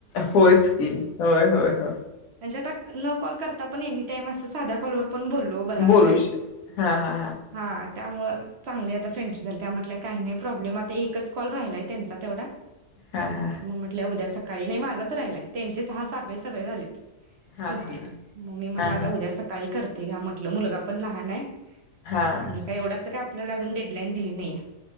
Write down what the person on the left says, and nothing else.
होयच की होय-होय-होय
बोलू
श हा हा
हा हा हा
हा
हा हा
हा
हा
हा